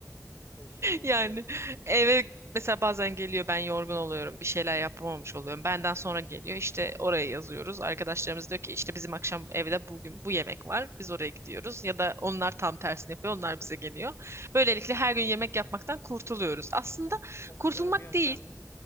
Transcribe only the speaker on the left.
kesinlikle
o güzel
bir yöntem